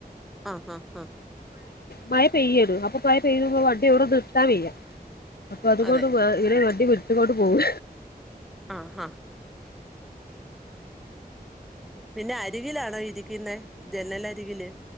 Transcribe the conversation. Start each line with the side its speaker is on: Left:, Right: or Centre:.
Centre: ആഹ് ഹാ ആഹ്
Left: മഴ പെയ്യടും അപ്പൊ മഴ പെയ്യുമ്പം വണ്ടിയ എവിടൊന്ന് നിർത്താൻ വയ്യ അപ്പൊ അതുകൊണ്ട്
Centre: അതെ
Left: ഇങ്ങനെ വണ്ടി പിടിച്ചുകൊണ്ട് പോവും
Centre: ആഹ് ഹാ പിന്നെ അരികിലാണോ ഇരിക്കുന്ന ജനല് അരികില്